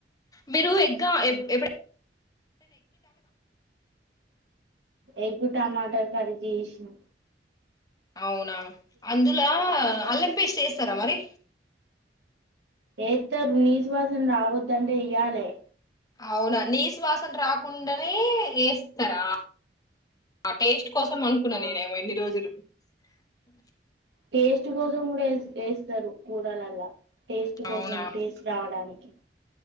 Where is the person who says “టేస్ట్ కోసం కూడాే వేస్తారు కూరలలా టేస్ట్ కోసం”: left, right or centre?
Right